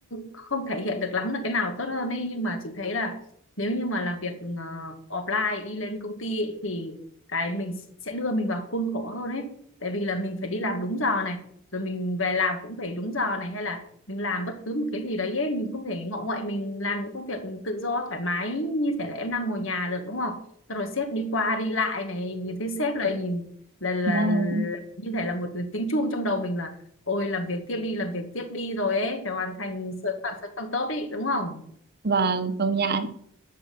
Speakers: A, on the left; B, on the right.
A: không thể hiện được lắm là cái nào tốt hơn ấy nhưng mà chị thấy là nếu như mà làm việc ờ, offline đi lên công ty ấy, thì cái mình sẽ đưa mình vào khuôn khổ hơn ấy tại vì là mình phải đi làm đúng giờ này rồi mình về làm cũng phải đúng giờ này hay là mình làm bất cứ một cái gì đấy ấy mình không thể ngọ nguậy mình làm những công việc tự do thoải mái như thể là em đang ngồi nhà được đúng không xong rồi sếp đi qua đi lại này nhìn thấy sếp là nhìn là, là,
B: và
A: là như thể là một tiếng chuông trong đầu mình là ôi làm việc tiếp đi làm việc tiếp đi rồi ấy phải hoàn thành sớm càng sớm càng tốt ý đúng không
B: và công nhận